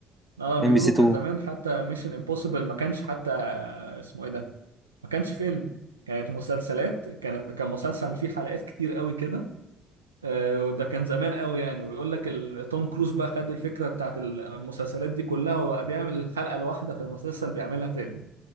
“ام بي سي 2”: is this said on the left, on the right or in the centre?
Centre